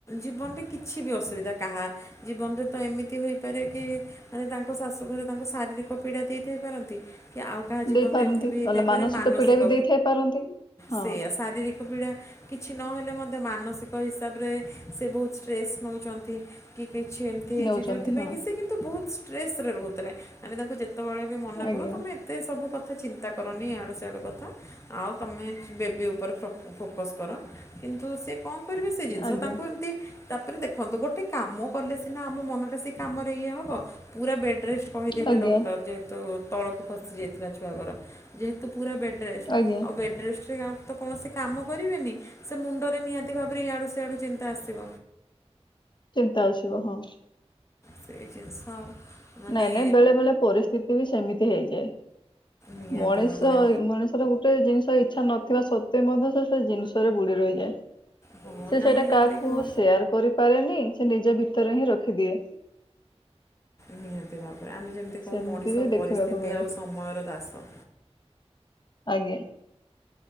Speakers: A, on the left; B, on the left.
A: ଜୀବନରେ କିଛି ବି ଅସୁବିଧା କାହା ଜୀବନରେ ତ ଏମିତି ହୋଇପାରେ କି ମାନେ ତାଙ୍କ ଶାଶୁଘରେ ତାଙ୍କୁ ଶାରୀରିକ ପୀଡ଼ା ଦେଇଥାଇ ପାରନ୍ତି କି ଆଉ କାହା ଜୀବନରେ
B: ଦେଇପାରନ୍ତି
A: ଏମିତି ବି ହେଇଥାଇପାରେ
B: ନହେଲେ
A: ମାନସିକ
B: ପୀଡା ବି ଦେଇଥାଇ ପାରନ୍ତି ହଁ
A: ସେୟା ଶାରୀରିକ ପୀଡା କିଛି ନହେଲେ ମଧ୍ୟ ମାନସିକ କ ହିସାବରେ ସେ ବହୁତ ଷ୍ଟ୍ରେସ୍ ନଉଛନ୍ତି କି କିଛି ଏମିତି ହେଇଛି
B: ନେଉଛନ୍ତି
A: ଯୋଉଥିପାଇଁ
B: ହଁ
A: କି ସେ କିନ୍ତୁ ବହୁତ ଷ୍ଟ୍ରେସ୍ ରେ ରହୁଥିଲେ ଆମେ ତାଙ୍କୁ ଯେତେବେଳେ ବି ମନା
B: ଆଜ୍ଞା
A: କରୁ ତମେ ଟେ ସବୁ କଥା ଚିନ୍ତା କରନି ୟାଡ଼ୁ ସ୍ୟାଡ଼ୁ କଥା ଆଉ ତମେ ବେବି ପ୍ର ଉପରେ ଫୋକସ୍ କର କିନ୍ତୁ ସେ କଣ କରିବେ ସେ ଜିନିଷ
B: ଆଜ୍ଞା
A: ତାଙ୍କୁ ଏମିତି ତାପରେ ଦେଖନ୍ତୁ ଗୋଟେ କାମ କଲେ ସିନା ଆମ ମନଟା ସେ କାମରେ ଇଏ ହବ ପୁରା ବେଡ୍ ରେଷ୍ଟ କହିଦେଲେ
B: ଆଜ୍ଞା
A: ଡକ୍ଟର ଯେହେତୁ ତଳକୁ ଫସି ଯାଇଥିଲା ଛୁଆଘର ଯେହେତୁ ପୁରା ବେଡ୍ ରେଷ୍ଟ୍
B: ଆଜ୍ଞା
A: ଆଉ ବେଡ୍ ରେଷ୍ଟରେ ଆଉ ତ କୌଣସି କାମ କରିବେନି ସେ ମୁଣ୍ଡରେ ନିହାତି ନିହାତି ଭାବରେ ଇଆଡ଼ୁ ସେଆଡ଼ୁ ଚିନ୍ତା ଆସିବ
B: ଚିନ୍ତା ଅସିବ ହଁ <unintelligible>
A: ସେଇ ଜିନିଷ ମାନେ
B: ନାଇଁ ନାଇଁ ବେଳେ ବେଳେ ପରିସ୍ଥିତି ବି ସେମିତି ହେଇଯାଏ
A: ନିହାତି
B: ମଣିଷ
A: ଭାବରେ
B: ଏଇ ମଣିଷର ଗୋ ଟେ ଜିନିଷ ଇଛା ନଥିବା ସତ୍ତ୍ୱେ ମଧ୍ୟ ସେ ଜିନିଷରେ ବୁଡି ରହିଯାଏ
A: ହଁ
B: ସେ ସେଇଟା
A: ଆମେ ଯେମିତି
B: କାହାକୁ
A: କହୁ
B: ସେୟାର କରିପାରେନି ସେ ନିଜ ଭିତରେ ହିଁ ରଖିଦିଏ
A: ନିହାତି ଭାବରେ ଆମେ ଯେମିତି କହୁ
B: ସେମିତି
A: ମଣିଷ
B: ବି ଦେଖିବାକୁ
A: ପରିସ୍ଥିତି
B: ମିଳେ
A: ଆଉ ସମୟର ଦାସ
B: ଆଜ୍ଞା